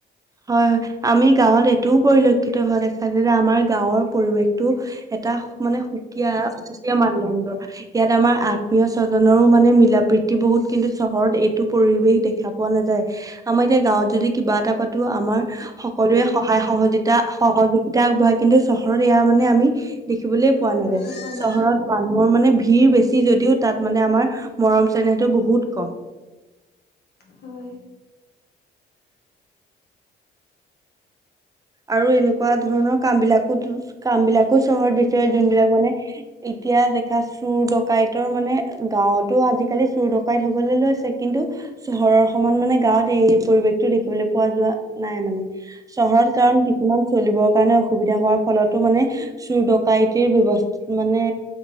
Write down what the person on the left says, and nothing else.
দেখা পোৱা নাযায়
হয়।